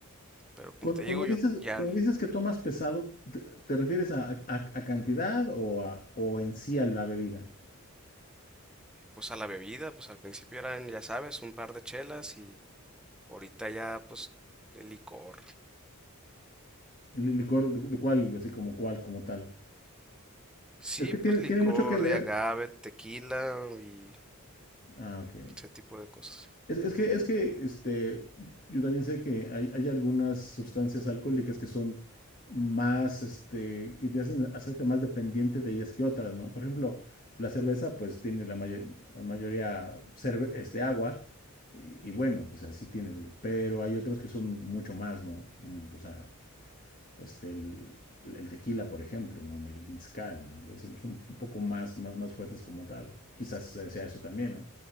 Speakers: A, in the centre; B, on the left.
A: pero
B: Cuando,
A: como te
B: cuando
A: digo,
B: dices,
A: yo ya
B: cuando dices que tomas pesado, ¿te, te refieres a, a- a cantidad o, a, o en sí a la bebida?
A: pues a la bebida, pues al principio eran, ya sabes, un par de chelas y ahorita ya pues el licor.
B: Li- ¿Licor de, de cuál? Así como cuál, como tal.
A: Sí,
B: Es que
A: pues
B: tiene,
A: licor
B: tiene mucho que ver.
A: de agave, tequila y
B: Ah, ok.
A: ese tipo de cosas.
B: Es, es
A: Ujú,
B: que, es que este, yo también sé que hay, hay algunas sustancias alcohólicas que son más, este, que te hacen hacerte más dependiente de ellas que otras, ¿no? Por ejemplo, la cerveza, pues tiene la, mayo- la mayoría cerve- este, agua, y, y bueno, pues así tiene, pero hay otros que son mucho más, ¿no? Mm, O sea, este, el, el tequila, por ejemplo, ¿no? el mezcal, ¿no? Es, son un poco más, más, más fuertes como tal. Quizás sea eso también, ¿no?